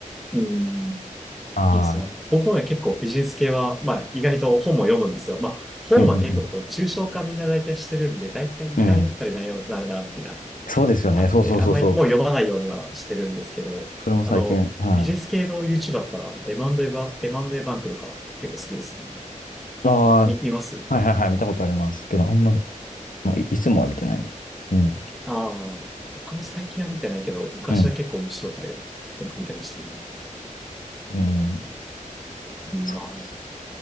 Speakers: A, in the centre; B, on the left.
A: うん。
B: は
A: いいですね。僕もね、結構ビジネス系は、まあ、意外と本も読むんですよ。まあ、本は結構こう、
B: い。うんうん
A: 抽象化みんな大体してるんで、大体似たり寄ったりなようになるな、
B: うん。うん。
A: っていうのは
B: そうですよね。
A: あって、
B: そうそうそうそう。
A: あんまりもう読まないようにはしてるんですけど、
B: それも最近、
A: あの、
B: はい。
A: ビジネス系の YouTuber だったら、あの M&A バ、M&A バンクとか結構好きですね。
B: あ
A: み、見ます
B: あ、はいはいはい、見たことありますけど、あんま、まあ、い、いつもは見てないな。うん。
A: ああ、僕も最近は見てないけど、昔は結構面白いタイトルよく見てましたね。
B: うん。うん。そうっす
A: まあ、